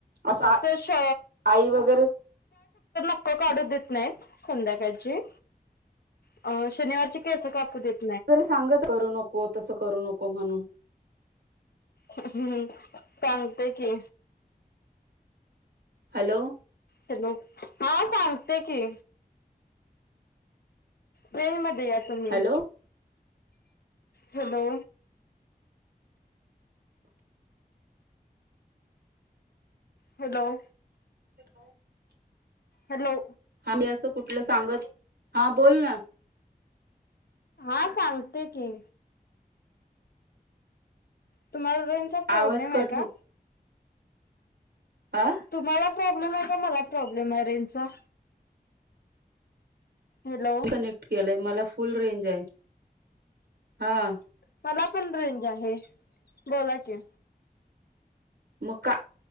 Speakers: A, on the right (about 80°); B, on the left (about 75°).
A: असा
B: छ.
A: आई वगैरे?
B: क काढू देत नाहीत संध्याकाळची. अ शनिवारची केस कापू देत
A: वगैरे सांगत करू नको तसं करू नको म्हणून.
B: हम्म हम्म. सांगते की.
A: हॅलो.
B: हॅलो. हा, सांगते की. रेंज मध्ये या तुम्ही.
A: Hello
B: hello. हॅलो.
A: <inaudible>
B: हॅलो.
A: हा मी असं कुठलं सांगत, हा बोल ना.
B: हा, सांगते की. तुम्हाला रेंजचा प्रॉब्लेम
A: आवाज कट
B: आहे काय?
A: आ.
B: तुम्हाला प्रॉब्लेम आहे का मला प्रॉब्लेम आहे रेंजचा. हॅलो
A: कनेक्ट केलाय मला फुल रेंज आहे हा.
B: मला पण रेंज आहे बोला कि.
A: मग का